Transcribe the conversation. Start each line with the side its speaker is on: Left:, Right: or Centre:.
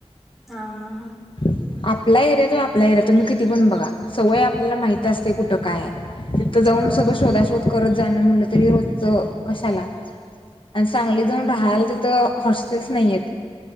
Centre: हा हा हा
Left: हम् आपला एरित आपला एरिया तुम्ही किती पण बघा सवय आपल्याला माहित असते कुठं काय आहे तिथं जाऊन
Centre: होय
Left: सगळं
Centre: होय
Left: शोधा शोध करत जाणं म्हट र कशाला आणि सांगली
Centre: हम्म
Left: जाऊन राहाल तिथ ह होस्टेल नाही आहेत